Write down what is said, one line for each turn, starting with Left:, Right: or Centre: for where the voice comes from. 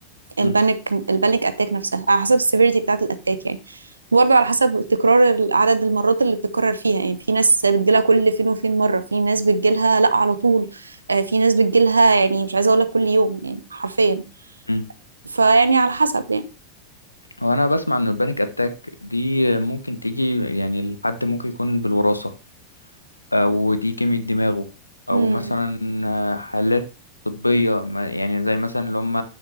Right: البانيك
Left: امم
Right: البانيك اتاك نفسها على حسب السيفيريتي بتاعت الاتاك يعني برضو على حسب تكرار ال- عدد المرات اللي بتتكرر فيها يعني في ناس بتجيلها كل فين وفين مرة في ناس بتجيلها لا على طول آه، في ناس بتجيلها يعني مش عايزة اقول لك كل يوم يعني حرفيا
Left: مم.
Right: فيعني على حسب يعني
Left: هو انا بسمع ان البانيك اتاك دي ممكن تيجي يعني الحد ممكن يكون بالوراثه او دي كيمياء دماغه او
Right: امم
Left: مثلا آه، حالات طبية ما- يعني زي مثلا اللي هم